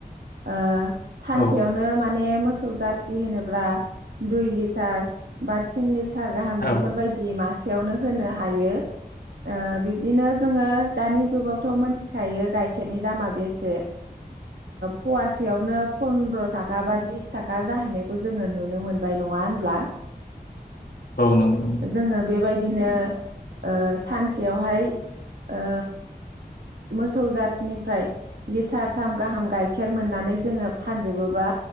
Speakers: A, on the right; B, on the left.
A: ओ सानसेयावनो
B: औ
A: माने मोसौ जारसि होनोब्ला दुइ लिटार बा तिन लि थार गाहाम बेफोरबायदि
B: औ
A: मासे यावनो होनो हायो ओ बिबदिनो जोङो दानि जुगाव थ' मोनथिखायो गाइखेरनि दामा बेसेओ फवासेयावनो पन्द्र' ताखा बा बिस ताखा जाहैनायखौ जोङो नुनो मोन बाय नङा होनब्ला
B: औ नंगौ नंगौ।
A: जोंनो बेबायदि दिनो ओ सानसेयावहाय ओ मोसौ जारसिनिफ्राय लिटारथाम गाहाम गाइखेर मोननानै जोङो फानजोबोबा